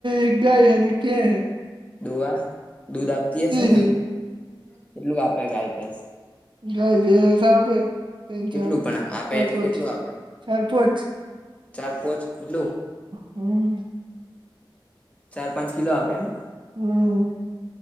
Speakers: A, on the right; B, on the left.
A: એક ગાય હૈ.
B: દોવા દૂધ આપતી હશે
A: હે
B: એમ કેટલું આપે ગાય ભેંસ?
A: જાય ભસા આપે તન
B: કેટલું
A: ચાર
B: પણ આમ આપે
A: ચાર
B: એટલે
A: પાંચ
B: કેટલું આપે
A: ચાર પાંચ
B: ચાર પોંચ એટલું?
A: હમ્મ.
B: ચાર પાંચ કિલો આપે એમ?
A: હમ્મ.